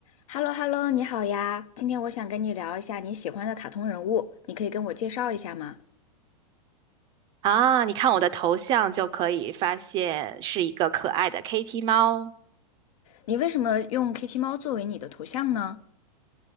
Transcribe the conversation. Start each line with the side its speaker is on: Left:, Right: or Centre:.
Left: 哈喽哈喽，你好呀！今天我想跟你聊一下你喜欢的卡通人物，你可以跟我介绍一下吗？
Right: 啊，你看我的头像就可以发现是一个可爱的 Kitty 猫。
Left: 你为什么用 Kitty 猫作为你的图像呢？